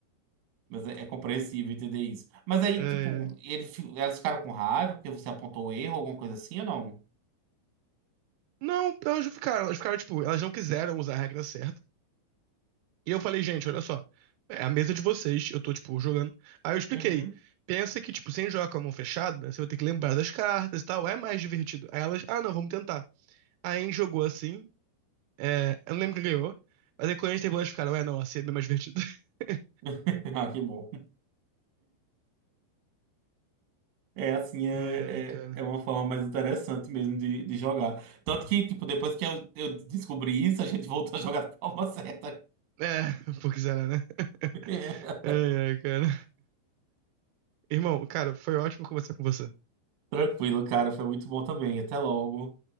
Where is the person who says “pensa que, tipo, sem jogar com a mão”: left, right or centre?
Right